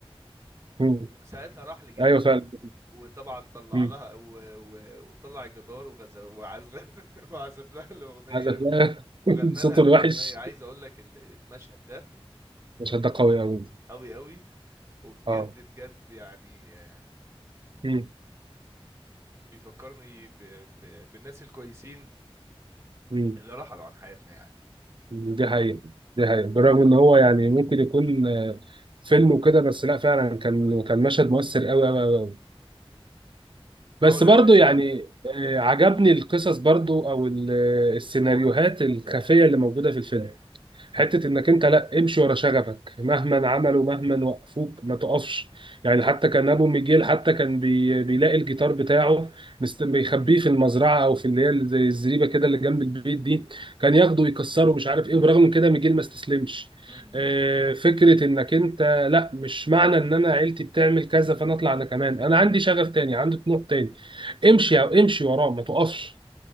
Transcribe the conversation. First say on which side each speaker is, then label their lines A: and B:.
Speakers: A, on the right (about 55°); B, on the right (about 30°).
A: مم.
B: وساعتها راح لجدته
A: ايوه فعلا
B: وطبعا طلع
A: مم.
B: لها و... و... وطلع الجدار وغز... وعزف <laughs> وعزف لها الاغنيه
A: عايز أفلام
B: وغنى
A: <laughs> صوته
B: لها الاغنيه
A: الوحش
B: عايز اقول لك ال- المشهد ده
A: مش ده قوي أوي
B: قوي قوي وبجد
A: اه
B: بجد يعني آه،
A: مم.
B: بيفكرني ب... ب... بالناس الكويسين
A: مم.
B: اللي رحلوا عن حياتنا يعني
A: دي حقيقة دي حقيقة بالرغم إن هو يعني ممكن يكون آه، فيلم وكده بس لا فعلا كان كان مشهد مؤثر أوي أوي أوي أوي.
B: اه
A: بس
B: ده
A: برضو
B: حقيقي
A: يعني آه، عجبني القصص برضو أو ال- آه، السيناريوهات الخفية اللي موجودة في الفيلم حته انك انت لا امشي ورا شغفك مهما عملوا مهما وقفوك ما تقفش يعني حتى كان ابو ميجيل حتى كان بي... بيلاقي الجيتار بتاعه مست... بيخبيه في المزرعه او في اللي هي زي الزريبه كده اللي جنب البيت دي كان ياخده ويكسره مش عارف ايه وبرغم من كده ميجيل ما استسلمش
B: م- م-
A: آه، فكره انك انت لا مش معنى ان انا عيلتي بتعمل كذا فانا اطلع انا كمان انا عندي شغف تاني عندي طموح تاني
B: م-
A: امشي او امشي وراه ما تقفش